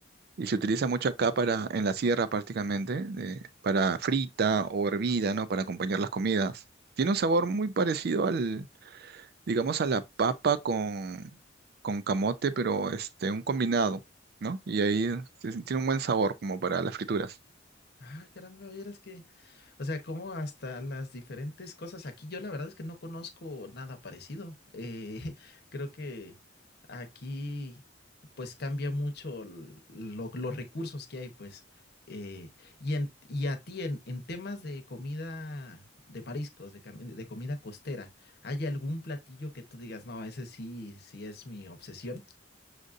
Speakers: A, on the right (about 55°); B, on the left (about 55°).
A: y se utiliza mucho acá para en la sierra prácticamente de- para frita o hervida, ¿no? Para acompañar las comidas. Tiene un sabor muy parecido al, digamos, a la papa con, con camote, pero este un combinado, ¿no? Y ahí se- tiene un buen sabor como para las frituras.
B: Ah, caramba, vieras que... O sea, como hasta las diferentes cosas. Aquí yo la verdad es que no conozco nada parecido. Eh, <laughs> creo que aquí pues cambia mucho l- lo- los recursos que hay, pues. Eh, y, en, y a ti en, en temas de comida de mariscos, de, cam- de comida costera, ¿hay algún platillo que tú digas, no, ese sí, sí es mi obsesión?